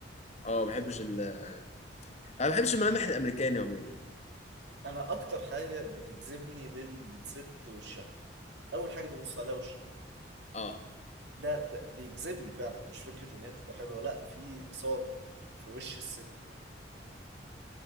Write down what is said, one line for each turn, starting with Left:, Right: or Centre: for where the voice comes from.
Left: اه ما بحبش ال... انا ما بحبش الملامح الامريكاني عموما
Right: أنا أكتر حاجة بتجذبني للست وشها أول حاجة ببص عليها وشها
Left: اه
Right: ده ب- بيجذبني فعلا مش فكرة إن هي تبقى حلوة لا في إثارة في في وش الست